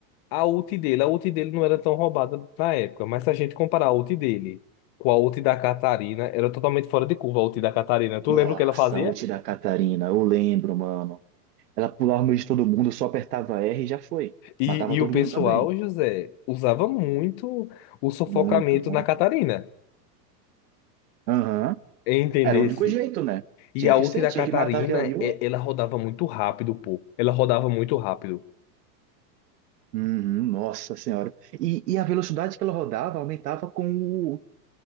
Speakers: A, on the left (about 40°); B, on the right (about 70°).
A: a ult dele, a ult dele não era tão roubada na época, mas se a gente comparar a ult dele com a ult da Catarina, era totalmente fora de curva a ult da Catarina. Tu
B: Nossa,
A: lembra o que ela fazia?
B: a ult da Catarina, eu lembro, mano. Ela pulava no meio de todo mundo, só apertava R e já foi.
A: E,
B: Matava
A: e
B: todo
A: o pessoal,
B: mundo também.
A: José, usava muito o sufocamento
B: Muito, muito.
A: na Catarina,
B: Aham.
A: entendesse?
B: Era o único jeito, né?
A: E
B: Tinha
A: a
B: que
A: ult
B: ser,
A: da
B: tinha
A: Catarina,
B: que matar aquilo ali. ó.
A: é- ela rodava muito rápido, pô. Ela rodava muito rápido.
B: Uhum, nossa senhora. E, e a velocidade que ela rodava aumentava com o,